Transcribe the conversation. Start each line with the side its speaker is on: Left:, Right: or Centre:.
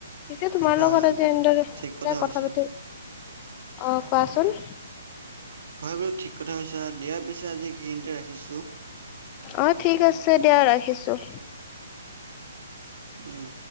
Left: পিছে তোমাৰ
Right: হয়
Left: লগত
Right: হয়
Left: আজি এনেদৰে
Right: ঠিক
Left: কথা
Right: কৈছা
Left: পাতি, অৱ কোৱাচোন।
Right: হয় বোলো ঠিক কথাই কৈছা দিয়াৰ পিছে আজি সেইখিনিতে ৰাখিছোঁ।
Left: অ ঠিক আছে দিয়া ৰাখিছো।
Right: উম।